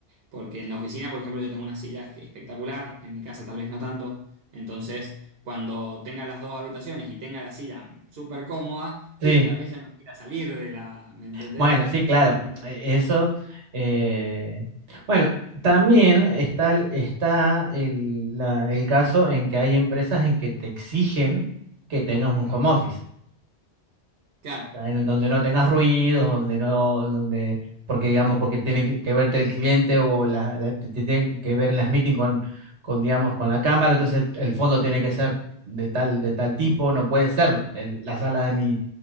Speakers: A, on the right; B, on the right.
A: Porque en la oficina, por ejemplo, yo tengo una silla que- espectacular, en mi casa tal vez no tanto. Entonces, cuando tenga las dos habitaciones y tenga la silla súper cómoda, y
B: Sí.
A: tal vez ya no quiera salir de la, ¿me entendés?
B: Bueno, sí, claro, e- eso. eh, bueno, también está, el- está el, la- el caso en que hay empresas en que te exigen que tengas un home office,
A: Claro,
B: o sea, en el- donde no tengas ruidos, donde no, donde, porque digamos, porque tiene que, que verte el cliente o la, la- te, te tiene que ver en las meetings con, con, digamos, con la cámara, entonces el fondo tiene que ser de tal, de tal tipo, no puede ser el- la sala de mi,